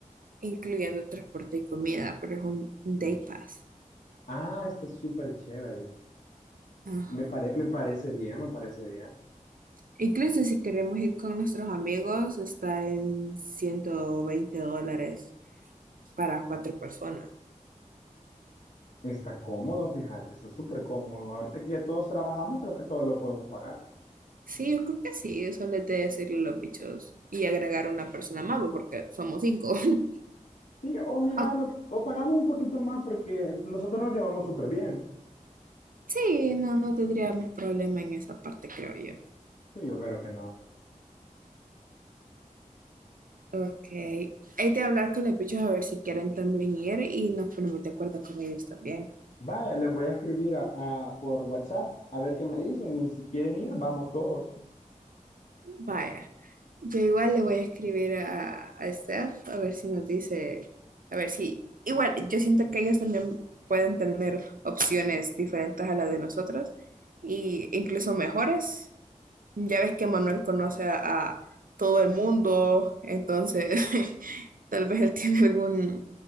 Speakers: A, on the right (about 85°); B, on the left (about 65°).
A: incluyendo transporte y comida, pero es un day pass.
B: Ah, está súper chévere.
A: Ajá.
B: Me pare- me parece bien, me parece bien.
A: Incluso si queremos ir con nuestros amigos, está en ciento veinte dólares. para cuatro personas.
B: Está cómodo, fíjate, está súper cómodo. Ahorita que ya todos trabajamos, creo que todos lo podemos pagar.
A: Sí, yo creo que sí, eso les de decirle a los bichos y agregar una persona más, bo, porque somos cinco. <laughs>
B: Sí, o mira,
A: Ah,
B: lo, o pagamos un poquito más porque nosotros nos llevamos súper bien.
A: sí, no, no tendríamos problema en esa parte, creo yo.
B: Sí, yo creo que no.
A: Ok, hay de hablar con los bichos a ver si quieren también ir y nos ponemos de acuerdo con ellos también.
B: Vaya, les voy a escribir a, a- por WhatsApp a ver qué me dicen y si quieren ir, vamos todos.
A: Vaya, yo igual le voy a escribir a, a Steph a ver si nos dice, a ver si, igual, yo siento que ellos también pueden tener opciones diferentes a las de nosotros y incluso mejores. Ya ves que Manuel conoce a, a todo el mundo, entonces <laughs> tal vez él tiene algún,